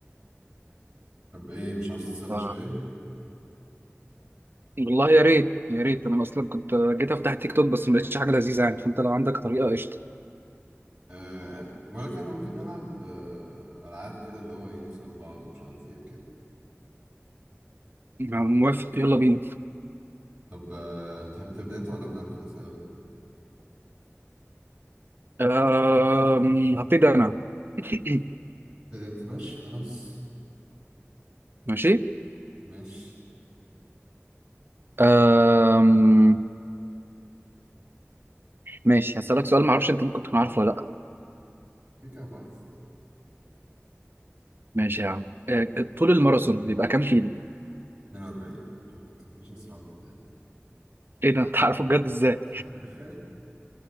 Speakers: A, on the right; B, on the right.
A: طب ايه مش عاوز تتسلى
B: ف
A: شوية؟
B: والله يا ريت يا ريت انا اصلا كنت جيت افتح تيك توك بس ما لقيتش حاجه لذيذه يعني فانت لو عندك طريقه قشطه
A: أه بقول لك احنا ممكن نلعب آه، ألعاب كده اللي هو ايه نسأل بعض ومش عارف ايه وكده
B: موافق يلا بينا
A: طب آه، تحب تبدأ انت ولا أبدأ أنا في الأسئلة؟
B: أم... هبتدي انا <clears throat>
A: تبدأ انت ماشي خلاص
B: ماشي
A: ماشي
B: أم... ماشي هسألك سؤال ما اعرفش انت ممكن تكون عارفه ولا لا
A: كده كده بعرف
B: ماشي يا عم أه، طول الماراثون بيبقى كام كيلو
A: 42 شفت مفيش أسرع من كده
B: ايه ده انت عارفه بجد ازاي
A: <laughs>